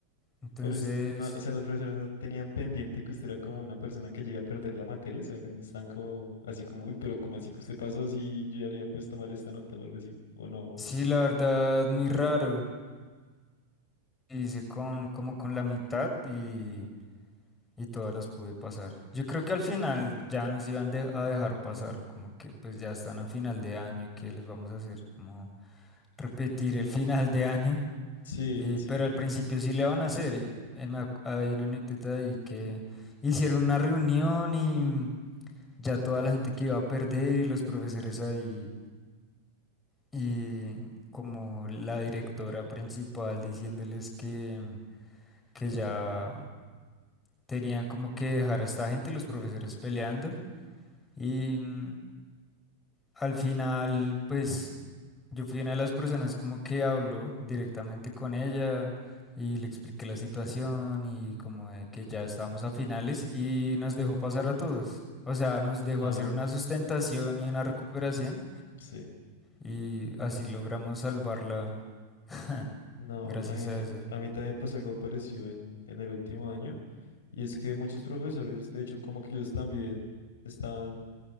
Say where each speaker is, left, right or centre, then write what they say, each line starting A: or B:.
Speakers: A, on the left (about 15°); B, on the left (about 60°).
A: Entonces...
B: Pero, es- no, o sea, los profesores no tenían pendiente que usted era como una persona que llega a perder la materia, o sea, que no están como así como, uy, pero como así que usted pasó si yo ya le había puesto mal esta nota o algo así, o no.
A: Sí, la verdad, muy raro. Hice con, como con la mitad y, y todas las pude pasar. Yo creo que al final ya nos iban de- a dejar pasar, como que pues ya están a final de año, ¿qué les vamos a hacer? Como repetir el final de año.
B: Sí,
A: Eh,
B: sí.
A: pero al principio sí le van a hacer. y, eh, me ac- hay una anécdota ahí que hicieron una reunión y ya toda la gente que iba a perder y los profesores ahí y como la directora principal diciéndoles que... que ya tenían como que dejar a esta gente, los profesores peleando. Y mm, al final, pues yo fui una de las personas como que habló directamente con ella y le expliqué la situación y como de que ya estábamos a finales y nos dejó pasar a todos. O sea, nos dejó
B: Ah,
A: hacer
B: bueno,
A: una sustentación y una recuperación
B: sí.
A: y así logramos salvarla <laughs>
B: No,
A: gracias
B: a mí,
A: a eso.
B: a mí también me pasó algo parecido en, en el último año, y es que muchos profesores, de hecho, como que ellos también están